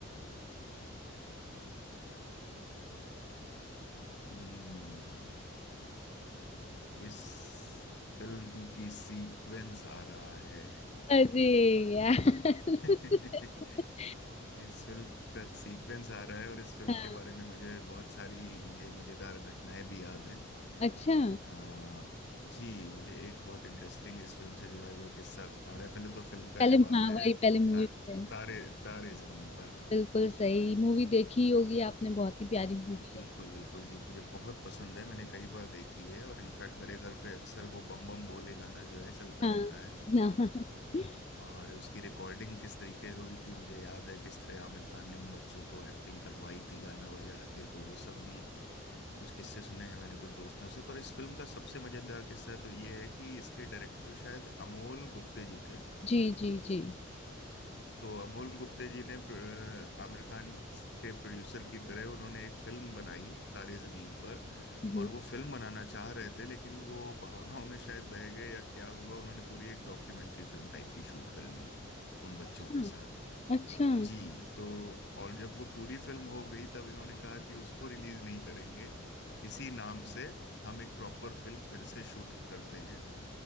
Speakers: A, on the left; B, on the left.
A: हम्म इस फिल्म की सीक्वेंस आ रहा है
B: अरे यार <laughs>
A: <laughs> इस फिल्म का सीक्वेंस आ रहा है और इस फिल्म
B: हाँ
A: के बारे में मुझे बहुत सारी मुझे मजेदार घटनाएं भी याद हैं
B: अच्छा
A: आ, जी मुझे एक बहुत इंटरेस्टिंग इस फिल्म से जुड़ा हुआ किस्सा आ रहा है पहले तो फिल्म का
B: पहले
A: जवाब
B: हाँ
A: है
B: वही पहले मूवी
A: ता,
B: पे
A: तारे तारे जमीन पर
B: बिल्कुल सही मूवी देखी ही होगी आपने बहुत ही प्यारी मूवी
A: जी, बिल्कुल
B: है
A: बिल्कुल जी मुझे बहुत पसंद है मैंने कई बार देखी है और इनफैक्ट मेरे घर पे अक्सर वो बम बम भोले गाना जो है चलता
B: हाँ
A: रहता है
B: हाँ <laughs>
A: और उसकी रिकॉर्डिंग किस तरीके हुई थी मुझे याद है किस तरह आमिर खान ने उन बच्चों को एक्टिंग करवाई थी गाना बजा के तो वो सब भी कुछ किस्से सुने हैं मैंने कुछ दोस्तों से पर इस फिल्म का सबसे मजेदार किस्सा तो ये है कि इसके डायरेक्टर शायद अमोल गुप्ते जी थे
B: जी जी जी
A: तो अमोल गुप्ते जी ने प्र- आमिर खान के प्रोड्यूसर की तरह उन्होंने एक फिल्म बनाई तारे जमीन पर
B: हम्म,
A: और वो फिल्म बनाना चाह रहे थे लेकिन वो भावनाओं में शायद बह गए या क्या हुआ उन्होंने पूरी एक डॉक्यूमेंट्री फिल्म टाइप की शूट कर ली उन बच्चों
B: हाँ
A: के साथ
B: अच्छा हम्म
A: जी तो और जब वो पूरी फिल्म हो गई तब इन्होंने कहा कि उसको रिलीज नहीं करेंगे इसी नाम से हम एक प्रॉपर फिल्म फिर से शूट करते हैं